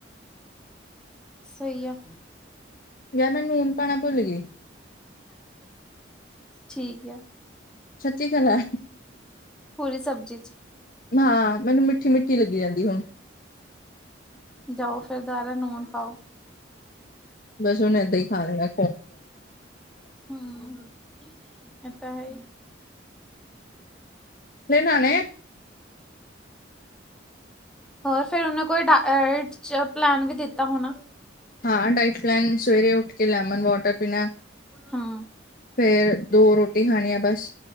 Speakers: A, in the centre; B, on the left.
A: ਸਹੀ ਆ
B: ਯਾ ਮੈਂ ਲੁਨ ਪਾਣਾ ਭੁੱਲਗੀ
A: ਠੀਕ ਆ।
B: ਸੱਚੀ ਗੱਲ੍ਹ ਹੈ।
A: ਪੂਰੀ ਸਬਜ਼ੀ 'ਚ।
B: ਹਾਂ, ਮੈਨੂੰ ਮਿੱਠੀ-ਮਿੱਠੀ ਲੱਗੀ ਜਾਂਦੀ ਹੁਣ।
A: ਜਾਓ ਫੇ਼ਰ ਦੁਬਾਰਾ ਨੂਨ ਪਾਓ।
B: ਬੱਸ ਹੁਣ ਇਦਾਂ ਹੀ ਖਾ ਲਿਆ
A: ਹਮ ਇਹ ਤਾ ਹੈ।
B: ਇਹਨਾ ਨੇ-
A: ਹੋਰ ਫੇ਼ਰ ਉਹਨਾਂ ਕੋਲ਼ ਡਾਇਟ 'ਚ ਪਲੈਨ ਵੀ ਦਿੱਤਾ ਹੋਣਾ?
B: ਹਾਂ ਡਾਇਟ ਪਲੈਨ ਸਵੇਰੇ ਉੱਠ ਕੇ ਲੈਮਨ ਵਾਟਰ ਪੀਣਾ।
A: ਹਾਂ।
B: ਫੇ਼ਰ ਦੋ ਰੋਟੀ ਖਾਣੀ ਆ ਬਸ,